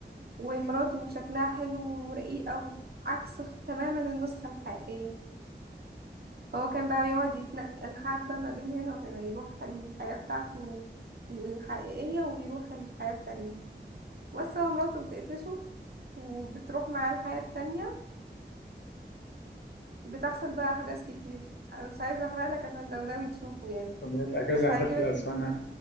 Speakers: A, on the right; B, on the left.
A: ومراته شكلها حلو ورقيقة عكس تماما النسخة الحقيقية هو كان بقى يقعد يتنقل حبة ما بين هنا وهنا يروح الحياة بتاعته الحقيقية ويروح الحياة التانية بس هو مراته بتقفشه وبتروح معاه الحياة التانية وبتحصل بقى أحداث كتير أنا مش عايزة أحرقلك عشان لو ناوي تشوفه يعني
B: طب الأجازة
A: بس هيعجبك
B: هتخلص
A: جدا
B: وأنا